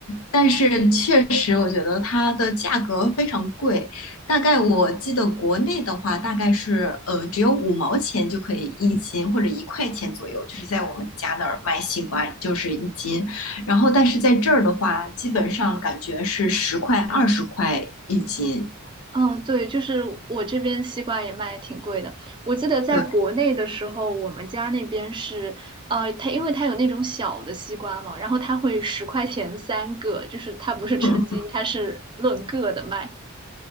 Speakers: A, on the left; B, on the right.
A: 但是确实我觉得它的价格非常贵，大概我记得国内的话大概是呃只有五毛钱就可以一斤，或者一块钱左右，就是在我们家那儿卖西瓜就是一斤，然后但是在这儿的话，基本上感觉是十块、二十块一斤。
B: 嗯，对，就是我这边西瓜也卖挺贵的。我记得在国内的时候，
A: 对，
B: 我们家那边是，呃，它因为它有那种小的西瓜嘛，然后它会十块钱三个，就是它不是称斤，
A: 嗯，
B: 它是论个的卖。